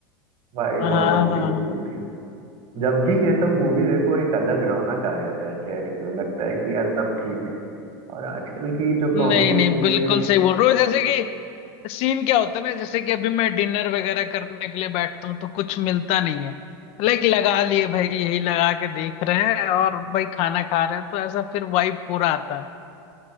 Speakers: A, on the right; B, on the left.
A: भाई
B: हाँ
A: बहुत अच्छी
B: हाँ
A: मूवी
B: हाँ
A: थी जब भी ये सब मूवी देखो एक अलग रौनक आ जाता है चेहरे पे लगता है कि यार सब ठीक है और आजकल की जो
B: नहीं
A: कॉमेडी
B: नहीं
A: मूवी
B: बिल्कुल
A: है
B: सही बोल रहे हो जैसे कि सीन क्या होता है ना जैसे कि अभी मैं डिनर वगैरह करने के लिए बैठता हूँ तो कुछ मिलता नहीं है लाइक लगा लिए भाई यही लगा के देख रहे हैं और भाई खाना खा रहे हैं तो ऐसा फिर वाइब पूरा आता है